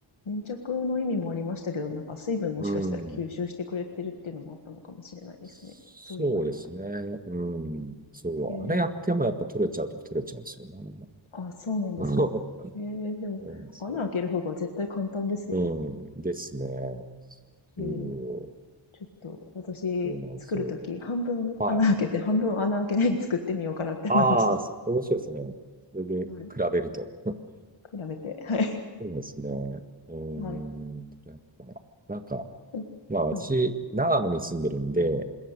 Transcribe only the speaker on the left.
粘着の意味もありましたけど、なんか水分もしかしたら吸収してくれてるっていうのもあったのかもしれないですね。
そう言われると。
へえ、
あ、そうなんですか。
へえ、でも、
穴開ける方が絶対簡単ですよね。
へえ。ちょっと私作るとき、
半分穴開けて、
半分穴開けないで作ってみようかなって思いました。
はい。比べて。はい。
はい。
はい、
はい。